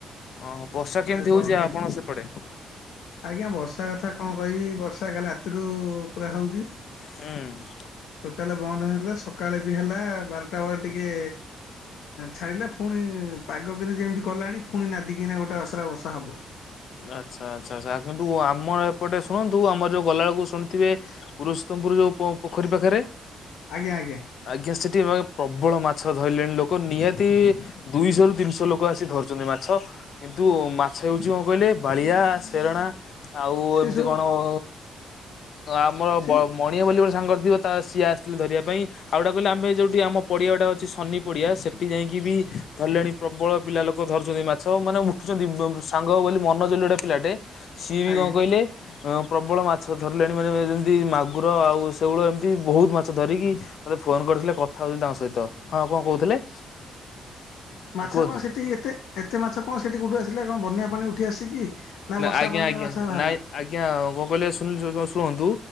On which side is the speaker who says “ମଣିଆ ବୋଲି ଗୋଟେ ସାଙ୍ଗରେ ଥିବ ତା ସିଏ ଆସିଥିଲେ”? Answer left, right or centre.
Left